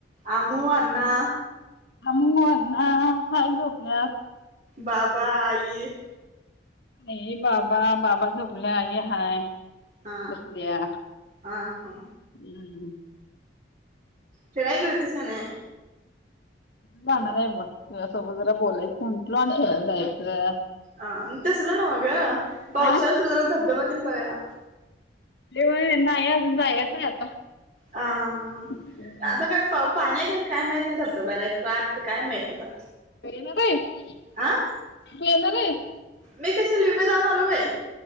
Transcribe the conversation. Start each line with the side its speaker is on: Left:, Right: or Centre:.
Right: अमु, अण्णा
Left: अमु, आण्णा हाईत झोपल्यात.
Right: बाबा, आई
Left: नाही बाबा, बाबा झोपल्या, आई हाय.
Right: हा
Left: बसल्या,
Right: हा हा
Left: हम्म
Right: फिरायला गेलतीस का नाई?
Left: जाणार आहे बघ, तुझ्या सोबत जरा बोलायच म्हटलो, आणि फिरायला जायचं.
Right: आं, तसलं नव्ह ग, पावसाळ्यात
Left: हा
Right: सुरु झाला धबधब्यातेन बघायला?
Left: ते वय, नाही अजून, जा याच आहे आता.
Right: हा हा.
Left: हम्म
Right: आता काय पाणी आहे का काय माहित नाही धबधबाला, आ काय माहित आता?
Left: व्हय ग बाय तु
Right: आ
Left: येनार आहेस?
Right: मी कशाला ईऊ, मी जाऊन आलो बाय.